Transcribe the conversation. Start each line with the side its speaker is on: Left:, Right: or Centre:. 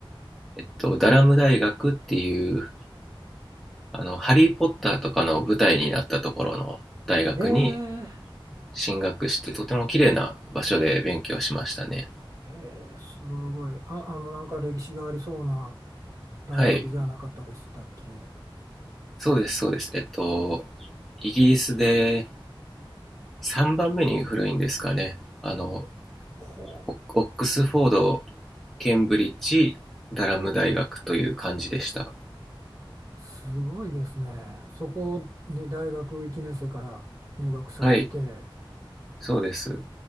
Centre: えっと、ダラム大学っていう、あの、ハリー・ポッターとかの舞台になったところの大学に
Right: う。えー、
Centre: 進学して、とても綺麗な場所で勉強しましたね。
Right: えー、すごい。あ、あの、なんか歴史がありそうな大学じゃなかったでしたっけ。
Centre: はい。そうです、そうです。えっと、イギリスで3番目に古いんですかね。あの、
Right: ほ
Centre: オオックスフォード、ケンブリッジ、ダラム大学という感じでした。
Right: う、すごいですね。そこに大学1年生から入学されて、
Centre: はい、そうです。